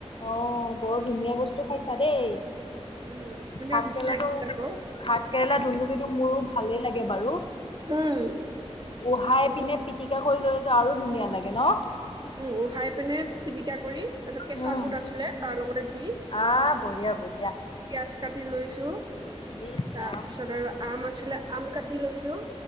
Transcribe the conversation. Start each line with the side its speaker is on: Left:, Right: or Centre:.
Left: অহ বৰ ধুনীয়া বস্তু খাইছা দেই
Right: উম ধুনীয়া
Left: ভাত
Right: জুতি
Left: কেৰেলাটো
Right: লাগিছিলে আকৌ
Left: ভাত কেৰেলা ধুন্দুলিটো মোৰো ভালে লাগে বাৰু
Right: উম
Left: উহাই পিনে পিটিকা কৰি ললেতো আৰু ধুনীয়া লাগে ন
Right: উম উহাই পিনে পিটিকা কৰি তাৰপিছত কেঁচা
Left: উম,
Right: বুট আছিলে তাৰ লগতে দি পিয়াজ
Left: আহ বঢ়িয়া বঢ়িয়া।
Right: কাটি লৈছো
Left: ইচ
Right: তাৰপিছত
Left: ৰাম
Right: আৰু আম আছিলে আম কাটি লৈছো